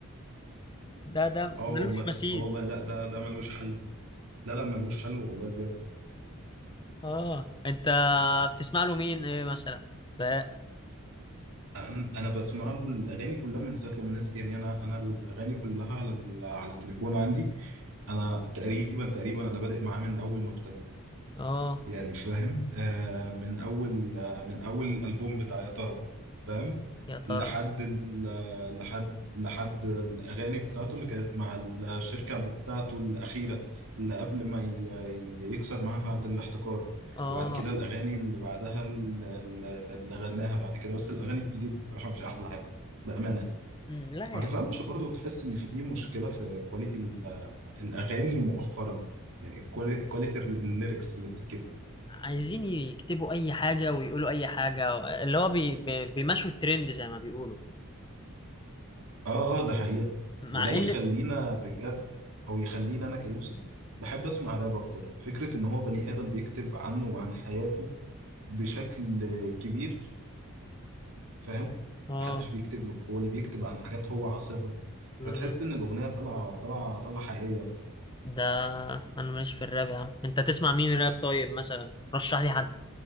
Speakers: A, on the left; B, on the right.
A: ده ده
B: اه والله
A: ملوش مثيل
B: اه والله لا ده ده ملوش حل لا لا ملوش حل والله بجد
A: اه انت بتسمع له مين ايه مثلا بقى
B: انا أنا بسمع له الاغاني كلها من ساعه لما نزل يعني انا انا الاغاني كلها على ال... على التليفون عندي انا تقريبا تقريبا انا بادئ معاه من اول ما ابتدى
A: اه
B: يعني فاهم آه من اول آه من اول الالبوم بتاع يا ترى فاهم
A: يا ترى
B: لحد ال- لحد لحد الاغاني بتاعته اللي كانت مع الشركه بتاعته الاخيره اللي قبل ما ي- ي- يكسر معاها عقد الاحتكار
A: اه
B: وبعد كده الاغاني اللي بعدها ال- ال- اللي غناها بعد كده بس الاغاني الجديده بصراحه مش احلى حاجه بامانه
A: لا
B: ما
A: يا
B: تفهمش برضه تحس ان في مشكله في كواليتي ال- الاغاني مؤخرا يعني كواليتي الليركس اللي بتتكتب
A: عايزين يكتبوا اي حاجه ويقولوا اي حاجه اللي هو بي بي بيمشوا الترند زي ما بيقولوا
B: اه اه ده حقيقة
A: مع
B: وده يخلينا
A: ان
B: بجد او يخليني انا كيوسف بحب اسمع راب اكتر فكرة ان هو بني ادم بيكتب عنه وعن حياته بشكل كبير فاهم
A: اه
B: محدش بيكتب له هو اللي بيكتب عن حاجات هو عاصرها
A: مم.
B: فتحس ان الاغنية طالعة طالعة طالعة حقيقية اكتر
A: ده انا ماليش في الراب يا عم انت تسمع مين راب طيب مثلا رشح لي حد